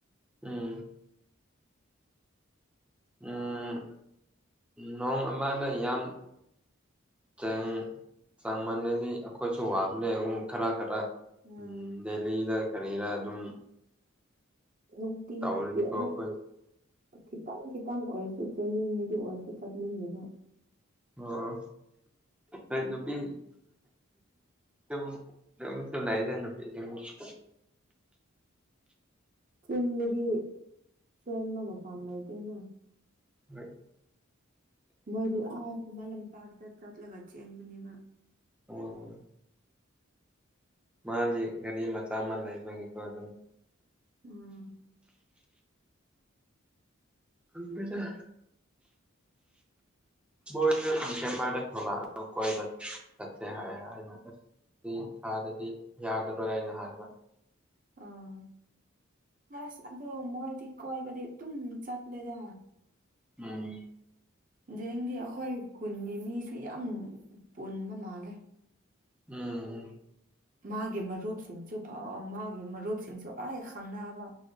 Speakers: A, in the centre; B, on the right.
A: ꯎꯝ ꯎꯝ ꯅꯣꯡ ꯑꯃꯅ ꯌꯥꯝ ꯆꯦꯡ ꯆꯥꯃꯜꯅꯗꯤ ꯑꯩꯈꯣꯏꯁꯨ ꯋꯥꯕꯅꯦ ꯑꯃꯨꯛ ꯈꯔ ꯈꯔ
B: ꯎꯝ
A: ꯗꯦꯜꯂꯤꯗ ꯀꯔꯤꯔ ꯑꯗꯨꯝ
B: ꯅꯨꯡꯇꯤꯒꯤ
A: ꯇꯧꯔꯗꯤꯀꯣ
B: ꯑꯗꯨꯝ
A: ꯑꯩꯈꯣꯏ
B: ꯈꯤꯇꯪ ꯈꯤꯇꯪ ꯑꯣꯏꯔꯁꯨ ꯆꯦꯟꯅꯤꯡꯉꯤꯗꯨ ꯑꯣꯏꯔꯁꯨ ꯆꯠꯅꯤꯡꯗꯦꯗꯥ
A: ꯑꯣ ꯍꯣꯏ ꯅꯨꯄꯤ ꯑꯗꯨꯝ ꯑꯗꯨꯝꯁꯨ ꯂꯩꯗ ꯅꯨꯄꯤꯖꯤꯡꯗꯤ
B: ꯆꯤꯡꯗꯗꯤ ꯆꯦꯟꯕ ꯃꯐꯝ ꯂꯩꯇꯦꯅꯦ
A: ꯍꯣꯏ
B: ꯃꯣꯏꯗꯤ ꯑꯥ ꯈꯨꯃꯟ ꯂꯝꯄꯥꯛꯇ ꯆꯠꯂꯒ ꯆꯦꯟꯕꯅꯦꯕꯥ
A: ꯑꯣ ꯃꯥꯗꯤ ꯒꯥꯔꯤ ꯃꯆꯥ ꯑꯃ ꯂꯩꯕꯒꯤꯀꯣ ꯑꯗꯨꯝ
B: ꯎꯝ
A: ꯍꯪꯗꯦꯗ
B: <inaudible> <inaudible>
A: ꯣ ꯏ ꯊꯂ ꯀ ꯍꯥꯏ <unintelligible> ꯁꯤ ꯊꯥꯗꯗꯤ ꯌꯥꯒꯔꯣꯏ ꯍꯥꯏꯅ ꯍꯥꯏꯕ
B: ꯑꯥ ꯑꯁ ꯑꯣ ꯃꯣꯏꯗꯤ ꯀꯣꯏꯕꯗꯤ ꯑꯗꯨꯝ ꯆꯠꯂꯦꯗ
A: ꯎꯝ
B: ꯖꯦꯡꯗꯤ ꯑꯩꯈꯣꯏ ꯈꯨꯟꯒꯤ ꯃꯤꯁꯨ ꯌꯥꯝ ꯄꯨꯟꯕ ꯃꯥꯜꯂꯦ
A: ꯎꯝ
B: ꯃꯥꯒꯤ ꯃꯔꯨꯞꯁꯤꯡꯁꯨ ꯐꯥꯎ ꯃꯥꯒꯤ ꯃꯔꯨꯞꯁꯤꯡꯁꯨ ꯑꯩ ꯈꯪꯅꯕ